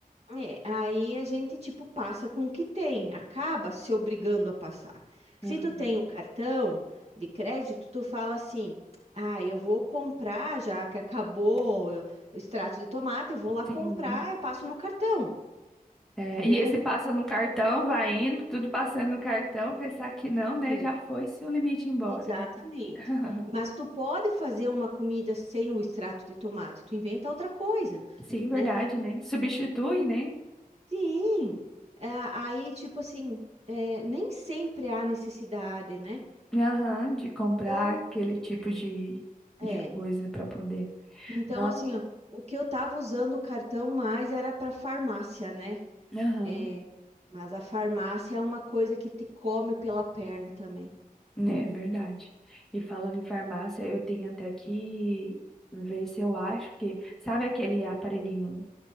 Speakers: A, on the right; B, in the centre.
A: É, aí a gente, tipo, passa com o que tem, acaba se obrigando a passar. Se
B: Aham.
A: tu tem o cartão de crédito, tu fala assim: ah, eu vou comprar, já que acabou o extrato de tomate, eu vou lá
B: Sim.
A: comprar, eu passo no cartão,
B: É,
A: né?
B: e esse passa no cartão, vai indo, tudo passando no cartão, pensar que não,
A: E-
B: né? Já foi se o limite embora.
A: exatamente.
B: <laughs>
A: Mas tu pode fazer uma comida sem o extrato de tomate, tu inventa outra coisa,
B: Sim, verdade,
A: né? E-
B: né? Substitui, né?
A: Sim, É, aí, tipo assim, é, nem sempre há necessidade, né?
B: Aham, de comprar
A: Então,
B: aquele tipo de, de
A: É.
B: coisa para poder.
A: Então,
B: Nossa,
A: assim, ó, o que eu tava usando o cartão mais era para farmácia, né?
B: aham.
A: É, mas a farmácia é uma coisa que te come pela perna também.
B: É verdade. E falando em farmácia, eu tenho até que ver se eu acho, porque sabe aquele aparelhinho,